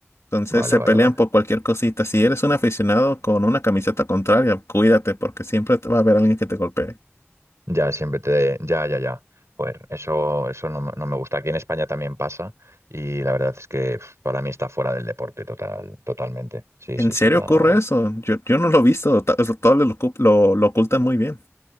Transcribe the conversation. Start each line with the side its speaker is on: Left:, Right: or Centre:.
Left: Entonces
Right: vale,
Left: se
Right: vale,
Left: pelean
Right: vale.
Left: por cualquier cosita. Si eres un aficionado con una camiseta contraria, cuídate porque siempre te va a haber alguien que te golpee.
Right: Ya, siempre te... Ya, ya, ya. Joder, eso, eso no, me no me gusta. Aquí en España también pasa y la verdad es que pf, para mí está fuera del deporte total, totalmente. Sí,
Left: ¿En
Right: sí,
Left: serio
Right: sí, no.
Left: ocurre eso? Yo, yo no lo he visto. ta- eso Todos lo, ocu- lo, lo ocultan muy bien.